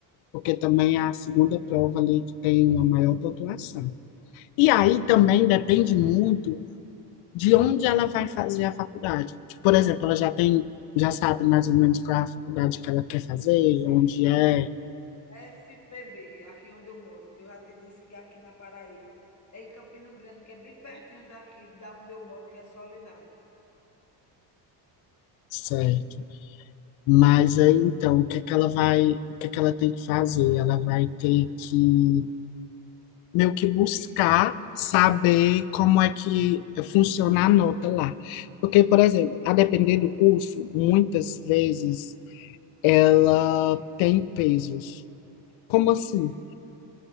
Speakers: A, on the left (about 70°); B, on the left (about 35°).
A: porque também é a segunda prova ali que tem uma maior pontuação. E aí também depende muito de onde ela vai fazer a faculdade. Tipo, Por exemplo, ela já tem, já sabe mais ou menos qual é a faculdade que ela quer fazer,
B: Sim,
A: onde é,
B: FPB, aqui onde eu moro, que eu já te disse que é aqui na Paraíba. É em Campina Grande, que é bem pertinho daqui, da onde eu moro, que é Soledade.
A: certo. Mas aí então, o que é que ela vai, o que é que ela tem que fazer? Ela vai ter que meio que buscar
B: Diz, me
A: saber
B: diz.
A: como é que funciona a nota lá. Porque, por exemplo, a depender do curso, muitas vezes ela tem pesos. Como assim?
B: Sim.